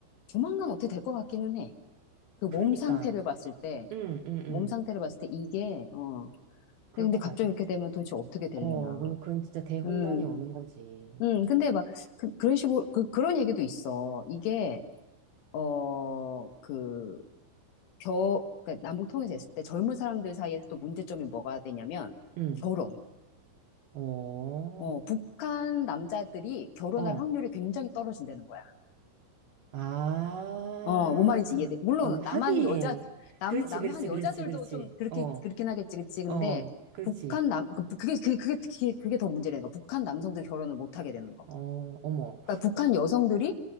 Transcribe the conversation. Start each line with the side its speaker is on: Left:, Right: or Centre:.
Left: 조만간 어떻게 될 것 같기는 해. 그 몸
Right: 그러니까,
Left: 상태를 봤을 때,
Right: 음, 음,
Left: 몸
Right: 음.
Left: 상태를 봤을 때 이게, 어.
Right: 그럴
Left: 근데
Right: 것
Left: 갑자기
Right: 같아.
Left: 이렇게 되면 도대체 어떻게 될려나.
Right: 어, 그럼, 그럼 진짜 대혼란이
Left: 음,
Right: 오는 거지.
Left: 음. 근데 막, 그, 런 식으로, 그, 그런 얘기도 있어. 이게, 어, 그, 겨, 그러니까 남북 통일이 됐을 때 젊은 사람들 사이에서 또 문제점이 뭐가 되냐면,
Right: 음,
Left: 결혼.
Right: 어,
Left: 어, 북한 남자들이 결혼할
Right: 어,
Left: 확률이 굉장히 떨어진다는 거야.
Right: 아,
Left: 어, 뭔 말인지 이해돼. 물론
Right: 어, 하긴.
Left: 남한 여자 남
Right: 그렇지,
Left: 남한
Right: 그렇지,
Left: 여자들도
Right: 그렇지, 그렇지.
Left: 좀 그렇게
Right: 어,
Left: 그렇긴 하겠지, 그치? 근데
Right: 어, 그렇지.
Left: 북한 남 그- 그게 그게 그게 그게, 그게 더 문제라는 거. 북한 남성들 결혼을 못 하게 되는 거.
Right: 어, 어머.
Left: 그러니까 북한 여성들이